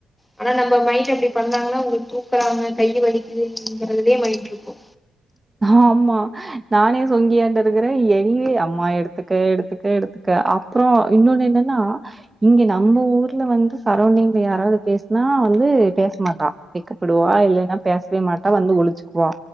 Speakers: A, in the centre; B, on the right.
A: ஆனா நம்ம மயின்ட் அப்டி பண்ணாங்கன்னா உங்க தூக்குறாங்க கை வலிக்குங்கறதுலயே மயின்ட் ருக்கு
B: ஆமா நானே சொங்கியாட்டு இருக்குற என்னயே அம்மா எடுத்துக்க எடுத்துக்க எடுத்துக்க ப்புறோ இன்னொன்னு என்னன்னா இங்க நம்ம ஊர்ல வந்து சரவ்ண்டிங்ல யாராவது பேசுனா வந்து பேசமாட்டா வெக்கப்படுவா இல்லன்னா பேஸ்வே மாட்டா வந்து ஒழிச்சுக்வா